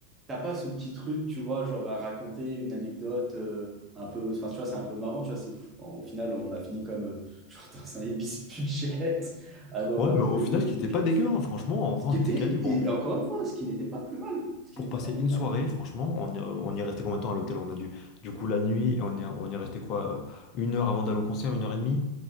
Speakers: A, on the right; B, on the left.
A: t'as pas ce petit truc, tu vois, genre à raconter une anecdote euh, un peu. Enfin, tu vois, c'est un peu marrant, tu vois. C'est, au final, on a fini comme euh, <laughs> genre dans un Ibis Budget <laughs> à dormir
B: Ouais, mais
A: tous
B: au
A: les
B: final,
A: deux
B: ce
A: et
B: qui
A: tout
B: était
A: machin.
B: pas dégueu, hein, franchement, en
A: Ce
B: vrai,
A: qui
B: on
A: était,
B: était quali. Bon,
A: et encore une fois, ce qui n'était pas plus mal. Ce qui
B: pour
A: n'était
B: passer
A: pas plus
B: une
A: mal.
B: soirée, franchement, on y, euh, on y est resté combien de temps à l'hôtel? On a dû, du coup, la nuit, et on y, est- on y est resté quoi? euh, Une heure avant d'aller au concert, une heure et demie,